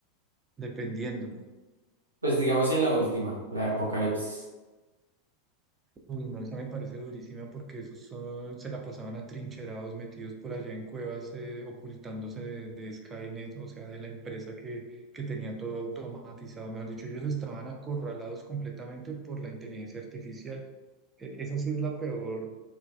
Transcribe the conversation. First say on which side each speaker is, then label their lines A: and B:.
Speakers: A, on the right; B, on the right.
A: dependiendo.
B: Pues digamos en la última, la de Apocalipsis.
A: Uy, no, esa me parece durísima porque esos son- se la pasaban atrincherados, metidos por allá en cuevas, eh, ocultándose de, de Skynet, o sea, de la empresa que, que tenía todo automatizado. Mejor dicho, ellos estaban acorralados completamente por la inteligencia artificial. E- esa sí es la peor,